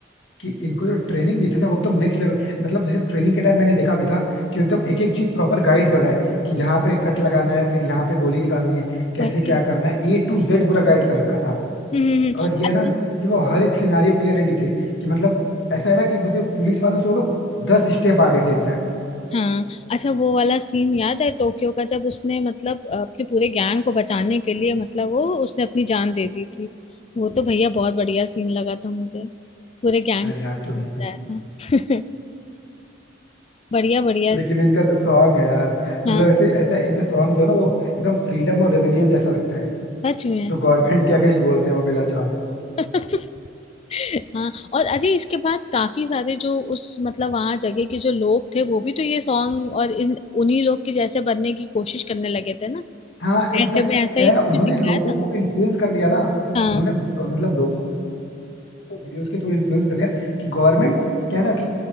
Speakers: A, on the left; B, on the left.
A: कि इनको जो ट्रेनिंग दी थी ना वो एकदम नेक्स्ट लेवल मतलब जैसे ट्रेनिंग के टाइम मैंने देखा भी था कि एकदम एक एक चीज प्रॉपर गाइड कर रहा है कि
B: <laughs>
A: यहाँ पे कट लगाना है फिर यहाँ पे गोली निकालनी है कैसे
B: वही
A: क्या करना है ए टू जेड पूरा गाइड कर रखा था
B: हम्म हम्म, हम्म,
A: और ये
B: अच्छा
A: ना कि वो हर एक सिनारियो के लिए रेडी थे कि मतलब ऐसा है ना कि मतलब पुलिस वालों से वो लोग दस स्टेप आगे थे इनफैक्ट
B: हाँ अच्छा वो वाला सीन याद है टोक्यो का जब उसने मतलब अपने पूरे गैंग को बचाने के लिए मतलब वो उसने अपनी जान दे दी थी वो तो भैया बहुत बढ़िया सीन लगा था मुझे पूरे गैंग
A: यार
B: को
A: याद तो नहीं
B: बचाया
A: है
B: था <laughs> बढ़िया
A: <laughs>
B: बढ़िया
A: लेकिन इनका जो सॉन्ग है यार मतलब
B: हाँ
A: ऐसे ऐसा इनका सॉन्ग जो है ना वो एकदम फ्रीडम और रेविलियन जैसा लगता है
B: सच में
A: जो गवर्नमेंट के अगेंस्ट बोलते हैं वो बेला चाव
B: <laughs> हाँ और अरे इसके बाद काफी सारे जो उस मतलब वहां जगह के जो लोग थे वो भी तो ये सॉन्ग और इन उन्हीं लोग के जैसे बनने की कोशिश करने लगे थे ना
A: हाँ इनफैक्ट
B: एंड में ऐसा
A: क्या
B: ही
A: है
B: कुछ
A: ना उन्होंने
B: दिखाया
A: लोगों
B: था
A: को इन्फ्लुएंस कर लिया ना
B: हाँ
A: उन्होंने अ, मतलब लोगों वीडियोस के थ्रू इन्फ्लुएंस कर लिया कि गवर्नमेंट क्या है ना कि